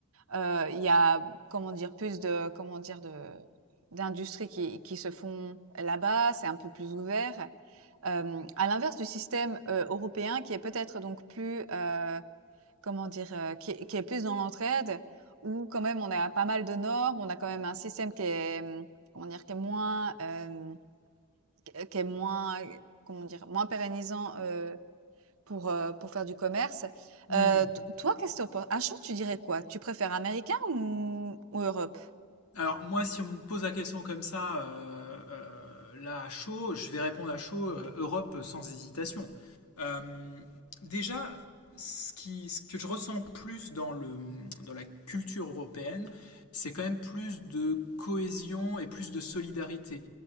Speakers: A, on the right; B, on the left.
A: Euh, Il y a, comment dire, plus de, comment dire, de, d'industries qui, qui se font là-bas, c'est un peu plus ouvert. Euh, à l'inverse du système euh, européen qui est peut-être donc plus, euh, comment dire, euh, qui est, qui est plus dans l'entraide, où quand même on a pas mal de normes, on a quand même un système qui est, hum, comment dire, qui est moins, euh, qui est qui est moins, comment dire, moins pérennisant euh, pour, heu, pour faire du commerce.
B: Hmm.
A: Heu, t toi, qu'est-ce que tu en un jour, tu dirais quoi? Tu préfères américain ou ou Europe?
B: Alors moi, si on me pose la question comme ça, euh, euh, là à chaud, je vais répondre à chaud, euh, Europe sans hésitation. Euh, déjà, ce qui, ce que je ressens plus dans le, dans la culture européenne, c'est quand même plus de cohésion et plus de solidarité.